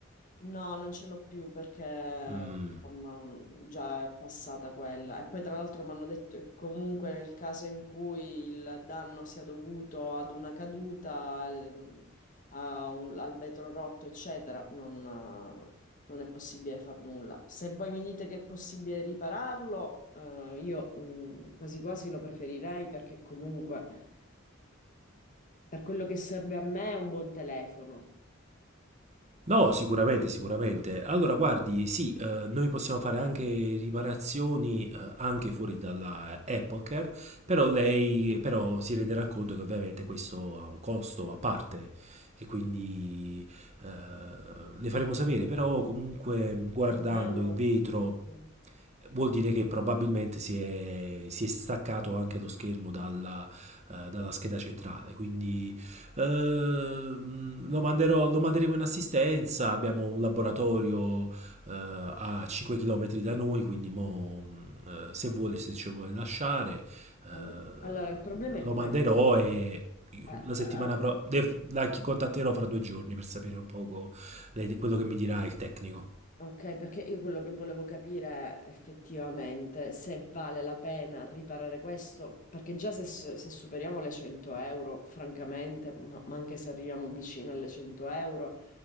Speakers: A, on the left (about 40°); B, on the right (about 35°).
A: No, non ce l'ho più perché
B: Mm.
A: insomma, già è passata quella. E poi tra l'altro mi hanno detto che comunque nel caso in cui il danno sia dovuto ad una caduta, al, a un- al vetro rotto, eccetera, non, non è possibile far nulla. Se voi mi dite che è possibile ripararlo, eh, io mm, quasi quasi lo preferirei perché comunque per quello che serve a me è un buon telefono.
B: No, sicuramente, sicuramente. Allora, guardi, sì, eh, noi possiamo fare anche riparazioni eh, anche fuori dalla Apple Care, però lei però si renderà conto che ovviamente questo ha un costo a parte, che quindi
A: Sì.
B: eh, le faremo sapere, però comunque guardando
A: Più o meno...
B: il vetro
A: mm.
B: vuol dire che probabilmente si è, si è staccato anche lo schermo dalla, eh, dalla scheda centrale, quindi Ehm, lo manderò- lo manderemo in assistenza. Abbiamo un laboratorio eh, a 5 km da noi, quindi mo, mh, eh, se vuole, se ci vuole lasciare, eh,
A: All- Allora, il problema è
B: lo
A: questo.
B: manderò e
A: Eh,
B: la settimana
A: eh,
B: prossima la chi- contatterò fra due giorni per sapere un poco le- quello che mi dirà il tecnico.
A: ok, perché io quello che volevo capire è effettivamente se vale la pena riparare questo, perché già se, se superiamo le 100 euro, francamente, ma, ma anche se arriviamo vicino alle 100 euro,